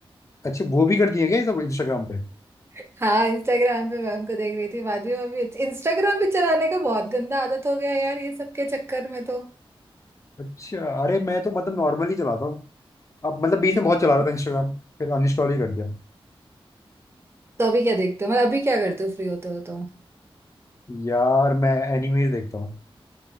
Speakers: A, on the left (about 30°); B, on the right (about 25°).
A: अच्छा वो भी करती है क्या ये सब इंस्टाग्राम पे
B: <laughs> हाँ इंस्टाग्राम पे मैं उनको देख रही थी माधवी भाभी इंस्टाग्राम पे चलाने का बहुत गंदा आदत हो गया है यार ये सब के चक्कर में तो
A: अच्छा अरे मैं तो मतलब नॉर्मली चलाता हूँ अब मतलब बीच में बहुत चला रहा था इंस्टाग्राम फिर अनइंस्टॉल ही कर दिया
B: तो अभी क्या देखते हो मतलब अभी क्या करते हो फ्री होते हो तो
A: यार मैं एनिमेज देखता हूँ